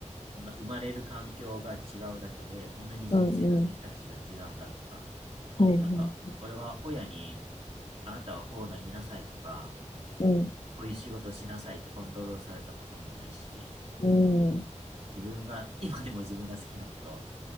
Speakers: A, on the right; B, on the left.
A: こんな生まれる環境が違うだけで、こんなに人生の選択肢が違うんだとか、
B: うん、うん。はい、はい。
A: なんか、俺は親に、あなたはこうなりなさいとか、
B: うん、
A: こういう仕事をしなさいってコントロールされたこともないし、
B: うん。
A: 自分が、今でも自分が好きなことを